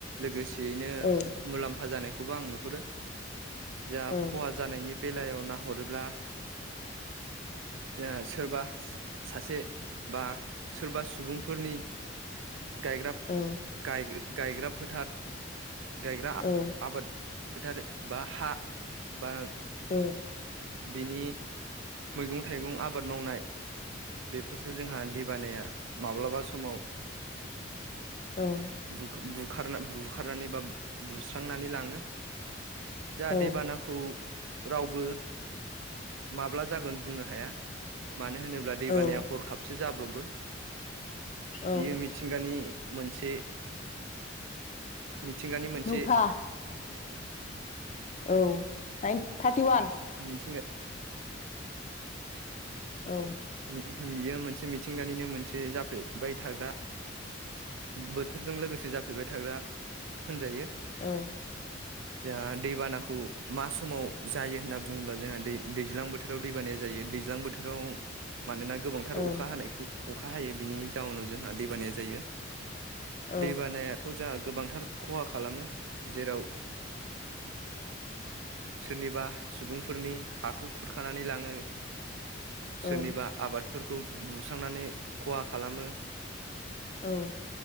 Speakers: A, on the right; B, on the left.
A: लोगोसेयैनो
B: औ
A: मुलाम्फा जानायखौबो आं नुहुरो जों
B: औ
A: खहा जानायनि बेलायाव नाहरोब्ला जोंहा सोरबा सासे बा सोरबा सुबुंफोरनि गायग्रा
B: औ।
A: गाय गायग्रा फोथार गायग्रा आ
B: औ
A: आबाद फोथार बा हा बा
B: औ।
A: बिनि मैगं थाइगं आबाद मावनाय बेफोरखौ जोंहा दैबानाया माब्लाबा समाव
B: औ
A: बु बुखारनानै बा बुस्रांनानै लाङो जा
B: औ
A: दैबानाखौ रावबो माब्ला जागोन बुंनो हाया मानो होनोब्ला दैबानाया
B: औ
A: हरखाबसो जाब्र'बो
B: औ
A: बियो मिथिंगानि मोनसे मिथिंगानि मोनसे
B: नौथा औ थार्टि वान
A: <unintelligible>
B: औ।
A: बियो मोनसे मिथिंगानिनो मोनसे जाफेरबाय थाग्रा बोथोरजों लोगोसे जाफ्लेबाय थाग्रा होनजायो।
B: औ
A: जोंहा दैबानाखौ मा समाव जायो होनना बुङोब्ला जोंहा दै दैज्लां बोथोराव दैबानाया जायो दैज्लां बोथोराव मानोना गोबांथार
B: ओं
A: अखा हानायखौ अखा हायो बिनि जाउनाव जोंहा दैबानाया जायो।
B: औ
A: दै बानायाथ' जोंहा गोबांथार खहा खालामो। जेराव सोरनिबा सुबुंफोरनि हाखौ खुरखानानै लाङो। सोरनिबा
B: औ
A: आबादफोरखौ बुस्रांनानै खहा खालामो।
B: औ।